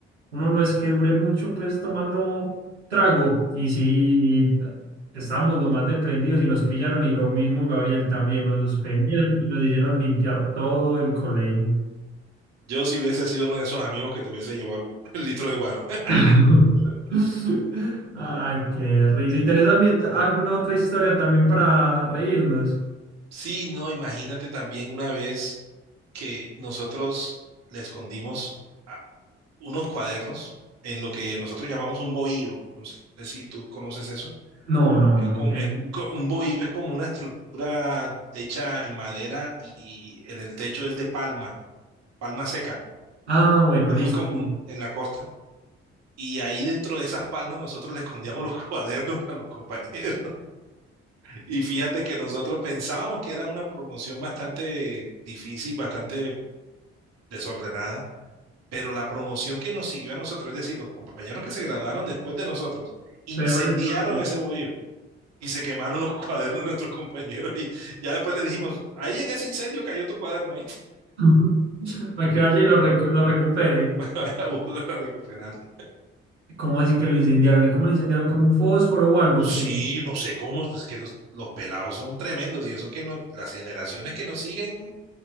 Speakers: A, on the right (about 85°); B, on the right (about 55°).
A: uno no es que dure mucho pues tomando trago y si estábamos lo más deprendidos y nos pillaron y lo mismo Gabriel también nos suspendieron y nos hicieron limpiar todo el colegio.
B: Yo si hubiese sido uno de esos amigos que te hubiese llevado el, el litro de guaro. <laughs>
A: <laughs> Ay, qué risa. ¿Y tenés también alguna otra historia también para reírnos?
B: Sí, no, imagínate también una vez que nosotros le escondimos a- unos cuadernos en lo que nosotros llamamos un bohío. No sé si tú conoces eso.
A: No, no,
B: Es
A: no,
B: como,
A: que
B: es co- un bohío es como una estructura hecha en madera y en el techo es de palma, palma seca.
A: Ah, bueno,
B: Es
A: listo.
B: muy común
A: sí.
B: en la costa. Y ahí dentro de esas palmas nosotros le escondíamos los <laughs> cuadernos a los compañeros. Y fíjate que nosotros pensábamos que era una promoción bastante difícil, bastante desordenada, pero la promoción que nos siguió a nosotros, es decir, los compañeros que se graduaron después de nosotros, incendiaron
A: Peor historia.
B: ese bohío. y se quemaron los <laughs> cuadernos de nuestros compañeros y ya después le dijimos, ahí en ese incendio cayó tu cuaderno y
A: <laughs> Para que vaya y lo, recu- lo recupere.
B: <laughs> vaya a volver a recuperarlo.
A: ¿Cómo así que lo incendiaron? ¿Y cómo lo incendiaron con un fósforo o algo?
B: Sí,
A: ¿Qué?
B: no sé cómo, pues es que los, los pelados son tremendos y eso que no- las generaciones que nos siguen,